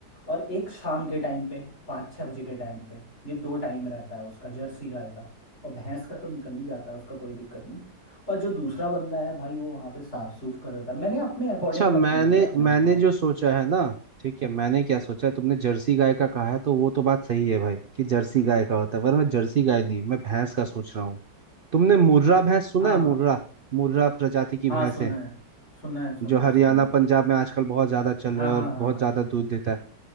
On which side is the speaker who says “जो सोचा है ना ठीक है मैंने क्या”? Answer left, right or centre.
Right